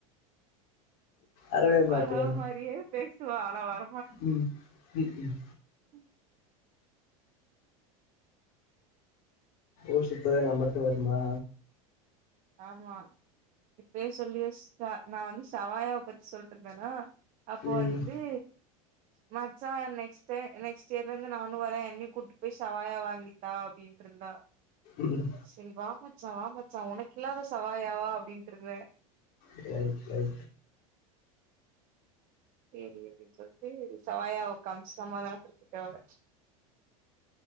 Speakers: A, on the left; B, on the right.
A: அறவே
B: வரவ
A: மாட்டேனா
B: மாரியே பேசுவா ஆனா வர
A: ம் ம் ம்
B: ம்
A: ஊஷத்த நம்மட்டு வருமா
B: ஆமா இப்பயே சொல்லி ச நா வந்து செவ்வாயா பத்தி சொல்ட்டு இருந்தேனா அப்போ
A: ம்
B: வந்து மச்சா நெக்ஸ்ட் டை நெக்ஸ்ட் இயர்ல இருந்து நானு வர்றே என்னையு கூட்டு போய் சவாயா வாங்கி தா அப்டின்ட் இருந்தா
A: ம்
B: சேரி வா மச்சா வா மச்சா உனக்கு இல்லாத சவாயாவா அப்டின்ட்டு இருந்தே
A: சேரி சேரி
B: சேரி அப்டின் சொல்ட்டு சவாயா காமுச்சு சமாதானோ படுத்திட்ட அவள